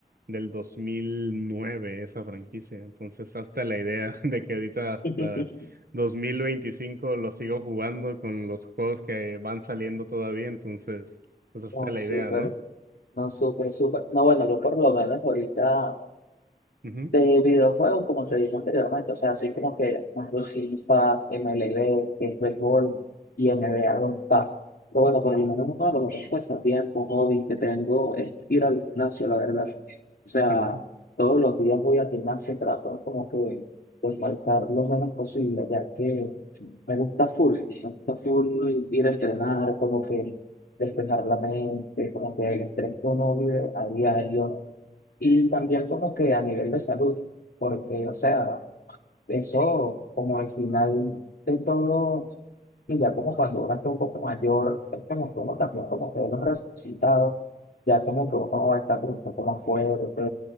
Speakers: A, on the right (about 65°); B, on the left (about 75°).
A: del 2009 esa franquicia, entonces hasta la idea <laughs> de que ahorita hasta
B: <laughs>
A: 2025 lo sigo jugando con los juegos que van saliendo todavía, entonces, pues hasta
B: No,
A: la
B: súper,
A: idea, ¿no?
B: no, súper, súper. No, bueno, yo por lo menos ahorita.
A: Ujú,
B: De videojuegos, como te dije anteriormente, o sea, soy como que más de FIFA, MLB, que es béisbol, y NBA 2K. Pero bueno, por lo menos uno de los otros pasatiempos, hobbies que tengo es ir al gimnasio, la verdad. O sea,
A: ujú,
B: todos los días voy al gimnasio y trato como que de faltar lo menos posible, ya que me gusta full, me gusta full ir a entrenar, como que despejar la mente, como que el estrés que uno vive a diario y también como que a nivel de salud, porque, o sea, eso como al final de todo, y ya como cuando uno está un poco mayor, es como que uno también como que ve los resultados, ya como que uno está como un poco más fuerte,